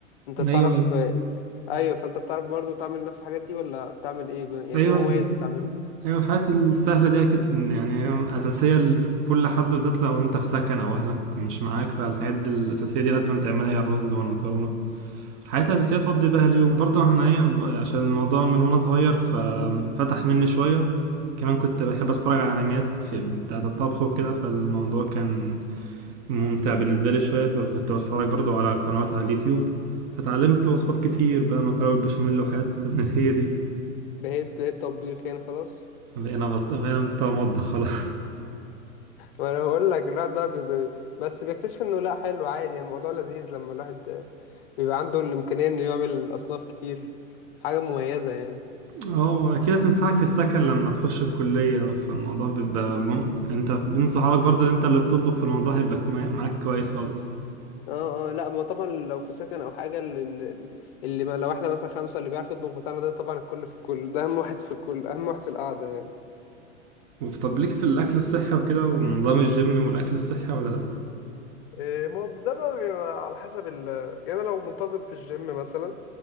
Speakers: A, on the left; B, on the right.
A: انت
B: لا
A: بتعرف
B: ايوه
A: آه، ايوه فانت بتعرف برضه تعمل نفس الحاجات دي ولا بتعمل ايه ب- يعني
B: ايوه
A: ايه مميز بتعمله
B: ايوه الحاجات السهلة دي اكيد يعني اساسية لكل حد بالذات لو انت في سكن او اهلك مش معاك فالحاجات دي الاساسية دي لازم تعملها هي الرز والمكرونة حياتي الأساسية تقضي بها اليوم برضه احنا ايه عشان الموضوع من وانا صغير ففتح مني شوية كمان كنت بحب اتفرج على انميات في بتاعة الطبخ وكده فالموضوع كان ممتع بالنسبة لي شوية فكنت بتفرج برضه على قنوات على اليوتيوب فتعلمت وصفات كتير بقى مكرونة بالبشاميل وحاجات من هي دي
A: بقيت بقيت طبيخ يعني خلاص
B: بقينا بط... بقينا بتوع مطبخ خلاص <laughs>
A: ما انا بقول لك الواحد بقى بيض... بس بيكتشف انه لا حلو عادي يعني الموضوع لذيذ لما الواحد بيبقى عنده الامكانيه انه يعمل اصناف كتير حاجه مميزه يعني
B: اه اكيد هتنفعك في السكن لما تخش الكلية فالموضوع بيبقى مم... انت بين صحابك برضه اللي انت اللي بتطبخ في الموضوع هيبقى كوي- معاك كويس خالص
A: اه اه لا ما طبعا لو في سكن او حاجه اللي, اللي ما لو احنا مثلا خمسه اللي بيعرف يطبخ بتاعنا ده طبعا الكل في الكل ده اهم واحد في الكل اهم واحد في القعده يعني
B: طب ليك في الاكل الصحي وكده ونظام الجيم والاكل الصحي ولا لا
A: إيه، ما هو ده بقى بيبقى على حسب ال يعني أنا لو منتظم في الجيم مثلا